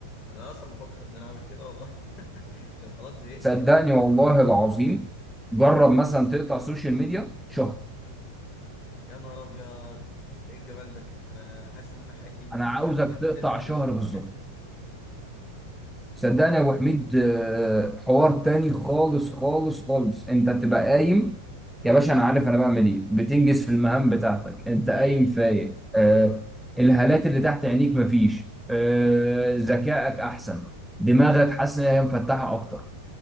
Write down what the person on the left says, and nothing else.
انا اصلا بفكر ان انا اعمل كده والله <laughs> عشان خلاص زهقت
فعلا
يا نهار ابيض ده ايه الجمال ده انا حاسس ان انا حياتي
حسنا
من
دلوقتي
<laughs>
امم